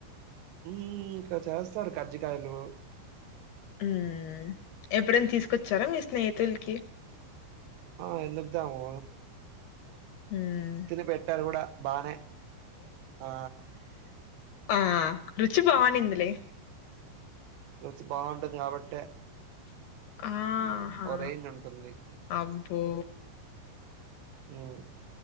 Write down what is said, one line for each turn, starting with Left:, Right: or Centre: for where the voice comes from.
Right: ఉమ్ ఇంకా చేస్తారు కర్జ కాయలు
Left: ఉమ్ ఎప్పుడైనా తీసుకొచ్చారా మీ స్నేహితులకి
Right: ఆ ఎందుకు తేము
Left: ఉమ్
Right: తిని పెట్టారు కూడా బానే ఆ
Left: ఆ రుచి బావునిందిలే
Right: రుచి బాగుంటది కాబట్టే
Left: ఆహా
Right: మ్మ్ ఓ రేంజ్ ఉంటుంది
Left: అబ్బో
Right: ఉమ్